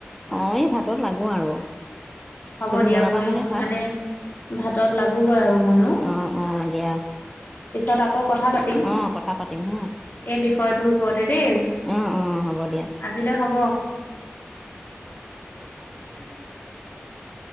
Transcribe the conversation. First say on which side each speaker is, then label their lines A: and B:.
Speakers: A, in the centre; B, on the left.
A: অ' এই ভাতত লাগো আৰু।
B: হ'ব
A: তুমি
B: দিয়া
A: বনাবা
B: ময়ো
A: কাৰণে ভাত
B: মানে ভাতত লাগোগৈ আৰু মইয়ো
A: অ অ দিয়া
B: পিছত আকৌ কথা পাতিম,
A: অ কথা পাতিম হা
B: এই বিষয়টোৰ ওপৰতে দেই
A: অ অ হ'ব দিয়া
B: আজিলৈ হ'ব।
A: তে <unintelligible>